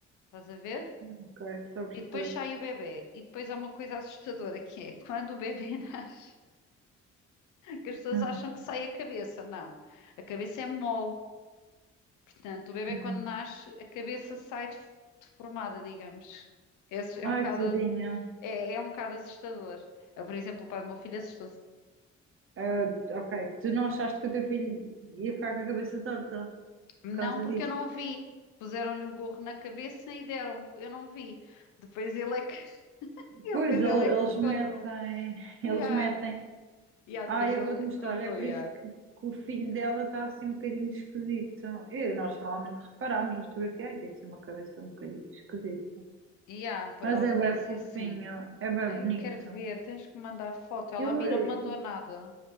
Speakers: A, on the left; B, on the right.
A: estás a ver?
B: Ok, estou a perceber.
A: E depois sai o bebê. E depois há uma coisa assustadora que é quando o bebê <laughs> nasce, que as pessoas
B: Hum,
A: acham que sai a cabeça. Não, a cabeça é mole. Portanto, o bebê
B: hum.
A: quando nasce, a cabeça sai def- deformada, digamos. Esse é
B: Ai,
A: um bocado
B: tadinha.
A: É, é um bocado assustador. Eu, por exemplo, o pai do meu filho assustou-se.
B: Ah, ok, tu não achaste que o teu filho ia ficar com a cabeça torta
A: Não,
B: por causa
A: porque
B: disso?
A: eu não vi. Puseram-lhe o gorro na cabeça e deram-me. Eu não vi. Depois ele é que, <laughs> ele,
B: Pois,
A: depois
B: ele-
A: ele é
B: eles
A: que me contou.
B: metem,
A: E
B: eles
A: ah,
B: metem
A: e ah,
B: Ah,
A: depois
B: eu
A: ele
B: vou-te mostrar,
A: contou.
B: é por
A: E
B: isso
A: ah,
B: que, que o filho dela está assim um bocadinho esquisito. E nós realmente reparámos na fotografia, ai, tem assim uma cabeça um bocadinho esquisita.
A: e ah,
B: Mas
A: ao
B: é
A: início
B: bem fofinho,
A: assim.
B: é bem
A: Ai,
B: bonito.
A: eu quero ver, tens que mandar foto. Ela
B: Eu,
A: a mim
B: eh,
A: não mandou nada.